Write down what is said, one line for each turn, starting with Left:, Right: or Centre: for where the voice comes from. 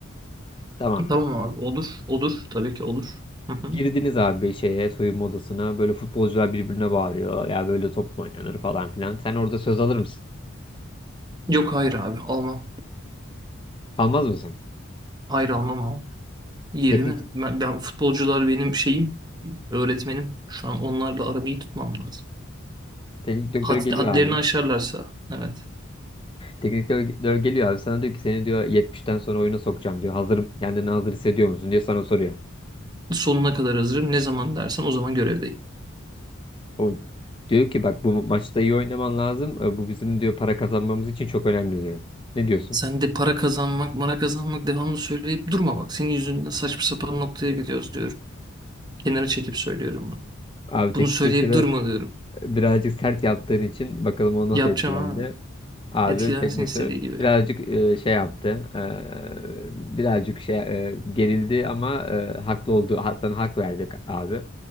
Left: Tamam mı?
Right: Tamam abi olur. Olur. Tabii ki olur. Hı hı.
Left: Girdiniz abi şeye soyunma odasına. Böyle futbolcular birbirine bağırıyor. Ya böyle top mu oynanır falan filan. Sen orada söz alır mısın?
Right: Yok hayır abi almam.
Left: Almaz mısın?
Right: Hayır almam abi. Yerine
Left: Teknik
Right: ben, ben futbolcular benim şeyim, öğretmenim. Şu an onlarla aramı iyi tutmam lazım.
Left: teknik direktör
Right: Had,
Left: geliyor
Right: hadlerini
Left: abi.
Right: aşarlarsa evet.
Left: Teknik direktör geliyor abi. Sana diyor ki seni diyor 70'ten sonra oyuna sokacağım diyor. Hazır kendini hazır hissediyor musun diye sana soruyor.
Right: Sonuna kadar hazırım. Ne zaman dersen o zaman görevdeyim.
Left: O diyor ki bak bu maçta iyi oynaman lazım. E, Bu bizim diyor para kazanmamız için çok önemli diyor. Ne diyorsun?
Right: Sen de para kazanmak, mara kazanmak devamlı söyleyip durma bak. Senin yüzünden saçma sapan noktaya gidiyoruz diyorum. Kenara çekip söylüyorum bunu.
Left: Abi teknik
Right: Bunu söyleyip
Left: direktörü
Right: durma diyorum.
Left: birazcık sert yaptığın için bakalım o nasıl
Right: Yapacağım
Left: etkilendi.
Right: abi.
Left: Abi
Right: Etkilensin
Left: teknik
Right: istediği
Left: direktör
Right: gibi.
Left: birazcık e, şey yaptı. E, birazcık şey e, gerildi ama e, haklı olduğu sana hak verdik abi.